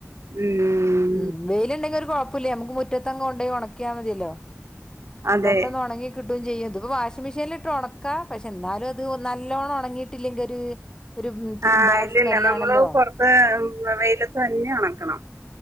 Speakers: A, on the right; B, on the left.
A: ഉം.
B: ഉം, വെയില്ണ്ടെങ്കി, ഒരു, കൊയപ്പോംല്ല, നമ്മക്ക്, മുറ്റത്തങ്, കൊണ്ടോയി, ഓണാക്കിയാ മതിയല്ലോ.
A: അതെ
B: പെട്ടെന്ന്, ഒണങ്ങി, കിട്ട കിട്ടും, ചെയ്യും, തിപ്പൊ, വാഷിംഗ് മെഷീൻലിട്ട്, ഉണക്കാ, പക്ഷെന്നാലു അത്, ഒ, നല്ലോണൊണങ്ങീട്ടില്ലെങ്കി ഒരു
A: ആ,
B: ബാഡ്
A: ഇല്ലല്ല,
B: സ്മെല്ലാണല്ലോ
A: നമ്മള്, പൊറത്ത്, എ, എം, വെയിലത്തന്നെ, ഒണക്കണം.